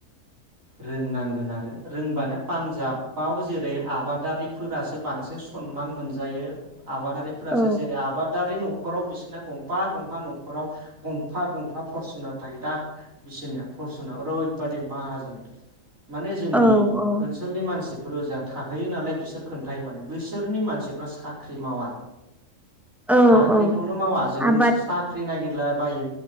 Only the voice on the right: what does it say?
रोंनांगोन आरो रोंबानो पान्जाबाव जेरै आबादारिफोरासो बांसिन सनमान मोनजायो आबादारिफोरासो
जेरै आबादारि नङ नखराव बिसोरना गंफा गंफा नखराव गंफा गंफा फरसुनार थायो दा बिसोरनिया फरसुना ओरैबादि माहाजोन। माने जोंनि
ओनसोलनि मानसि फुरोजाब थाखोयो नालाय बिसोर खोन्थायो माने बैसोरनि मानसिफ्रा साख्रि मावा।
साख्रिखौनो
मावा जोंसो
साख्रि नागिर ला बायो।